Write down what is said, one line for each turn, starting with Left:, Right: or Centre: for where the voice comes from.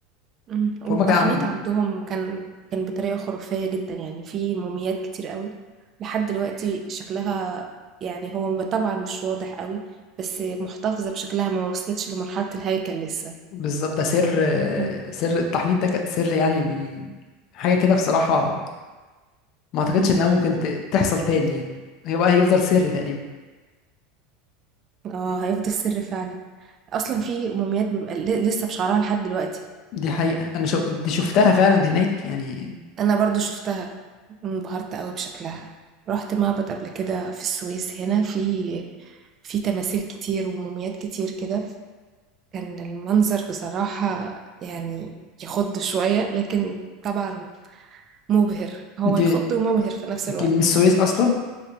Right: إمم. والتحنيط
Left: فهم كان عن
Right: عندهم كان كان بطريقة خرافية جدًا، يعني في مومياوات كتير أوي لحد دلوقتي شكلها يعني هو م طبعًا مش واضح أوي، بس محتفظة بشكلها ما وصلتش لمرحلة الهيكل لسه.
Left: بالظبط ده سر
Right: إمم،
Left: سر التحنيط ده كان سر يعني ل- حاجة كده بصراحة ما أعتقدش
Right: إمم،
Left: إنها ممكن
Right: إمم.
Left: ت- تحصل تاني يعني هيبقى هيفضل سر تقريبا
Right: آه، هيفضل سر فعلًا. أصلًا في مومياوات بيبقى ل لسه بشعرها لحد دلوقتي.
Left: دي حقيقة أنا شو... دي شفتها فعلا هناك يعني
Right: أنا برضه شُفتها، انبهرت أوي بشكلها. رُحت معبد قبل كده في السويس هنا، في في تماثيل كتير ومومياوات كتير كده. كان المنظر بصراحة يعني يخض شوية لكن طبعا مبهر هو
Left: أنت
Right: يخض ومبهر في نفس
Left: أنت
Right: الوقت
Left: من السويس أصلا